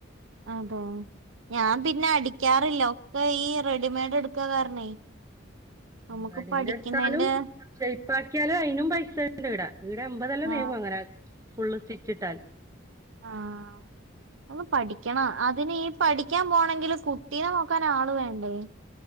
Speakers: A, on the right; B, on the right.
A: അതെ ഞാൻ പിന്നെ അടിക്കാറില്ല ഒക്കെ ഈ റെഡിമെയ്ഡ് എടുക്കാ കാരണേ നമുക്ക്
B: റെഡിമൈഡ്
A: പഠിക്കുന്നതിന്റെ
B: എടുത്താലും ഷെയപ്പ്പ്പാക്കിയാലും അതിനും പൈസ ഉണ്ട് ഇവിടെ ഇവിടെ എമ്പതെല്ലാം
A: ആഹ്
B: മേങ്ങും അങ്ങനെ ഫുള്ള് സ്റ്റിച്ചിട്ടാൽ
A: ആഹ് ഒന്ന് പഠിക്കണം അതിന് ഈ പഠിക്കാൻ പോണങ്കിൽ കുട്ടീനെ നോക്കാൻ ആൾ വേണ്ടേ